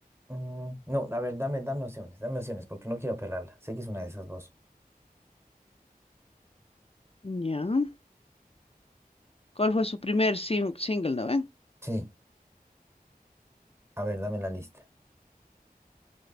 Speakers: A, on the right; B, on the left.
A: Mm, no, a ver, dame, dame opciones, dame opciones, porque no quiero pelarla. Sé que es una de esas dos.
B: ya. ¿Cuál fue su primer sin- single, no ven?
A: Sí, a ver, dame la lista.